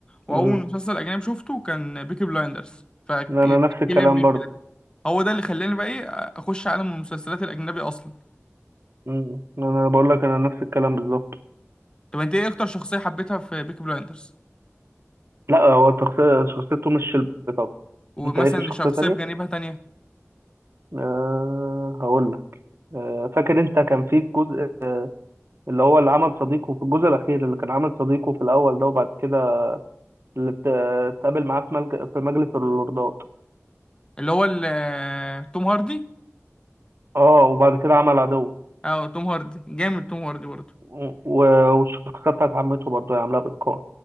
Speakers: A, on the left; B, on the right.
A: واول
B: مم.
A: مسلسل اجنبي شفته كان بيكي بلايندرز فكيليان
B: انا نفس الكلام
A: ميرفي
B: برضه
A: ده هو ده اللي خلاني بقى ايه اخش عالم المسلسلات الاجنبي اصلا
B: مم. انا بقول لك انا نفس الكلام بالظبط
A: طب انت ايه اكتر شخصيه حبيتها في بيكي بلايندرز
B: لا هو تخصي- شخصيته مش شلبي طبعا
A: ومثلا
B: انت ايه في شخصية
A: شخصيه
B: تانية
A: بجانبها تانية
B: أه هقول لك أه فاكر انت كان في جزء اللي هو اللي عمل صديقه في الجزء الاخير اللي كان عمل صديقه في الاول ده وبعد كده اللي ات- اتقابل معاه في ملج... في مجلس اللوردات
A: اللي هو ال- توم هاردي
B: اه وبعد كده عمل عدو
A: اه توم هاردي جامد توم هاردي برضه
B: و- والشخصية بتاعت عمته برضه هي عاملاها بإتقان